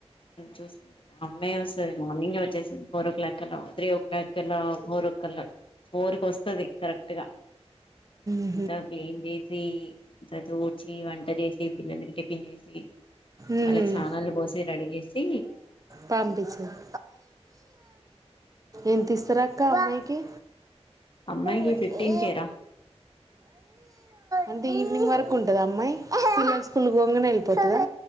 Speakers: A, on the left (about 50°); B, on the right (about 30°).
A: చూసుకుంటుంది ఆ అమ్మాయె వస్తది మార్నింగే వచ్చేస్తది ఫోర్ ఓ క్లాక్ కల్ల త్రీ ఓ క్లాక్ కలా ఫోర్ ఒక కలా ఫోర్ కు వస్తది కరెక్ట్ గా
B: హు
A: అంత క్లీన్ చేసి అంత తూడ్చి వంట చేసి పిల్లలకి టి పిన్ చేసి
B: మ్మ్.
A: వాళ్ళకు స్నానాలు పోసి రడిజేసి
B: పంపించారు ఎంత ఇస్తారు అక్క అమ్మాయి కి
A: అమ్మాయికి
B: ఉ
A: ఫిఫ్టీన్ కేరా
B: అంటే త ఈవనింగ్ వరకు ఉంటద అమ్మాయ్ పిల్లలు స్కూల్ కి పోంగనే వెళ్ళిపోతదా